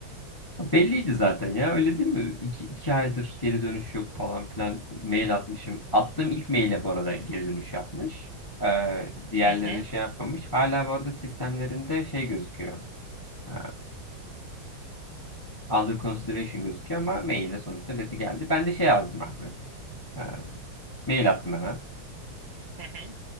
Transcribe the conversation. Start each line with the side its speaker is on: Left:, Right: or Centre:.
Left: Belliydi zaten ya öyle değil mi? İki, iki aydır geri dönüş yok falan filan mail atmışım. Attığım ilk maile bu arada geri dönüş yapmış. Ee, diğerlerine
Right: Hı hı,
Left: şey yapmamış. Hala bu arada sistemlerinde şey gözüküyor. Ee, under consideration gözüküyor ama mailde sonuçta leti geldi. Ben de şey yazdım abi. Ee, Mail attım hemen.
Right: hı hı.